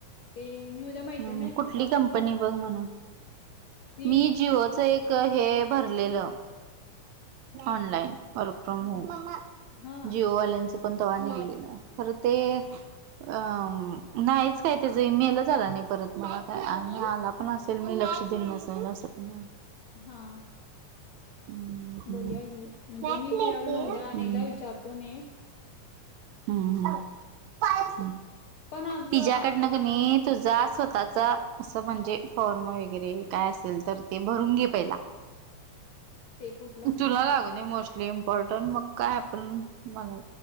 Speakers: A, on the left; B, on the right.
A: ते मी उद्या मैत्रिणी
B: हम्म
A: का
B: कुठली
A: विचारतो
B: कंपनी
A: तुला सांगतो
B: बघ म्हणा
A: ती.
B: मी जिओच एक हे भरलेलं ऑनलाईन. वर्क फ्रॉम
A: हा
B: होम
A: हा
B: जिओवाल्यांच पण तवाणी केलेलं खरं ते अ नाहीच काय त्याचं मेला झाला नाही. परत मला काय आला पण असेल मी लक्ष देन नसाल असं नाही.
A: हा.
B: हम्म
A: बघ्या गी म्हणजे
B: हम्म.
A: मी तिझ्याकडन उद्या अनेकदा विचारतो न
B: हम्म हम् कायच.
A: पण आज
B: तिजाकड न
A: वर्क
B: क नाही तुझा स्वत त्याचा असं म्हणजे फॉर्म वगैरे काय असेल तर ते भरून घे पहिला.
A: ते कुठलं म्हणाल्यास
B: तुला लागूनय
A: तू
B: मोस्टली इम्पॉर्टंट मग काय आपण मला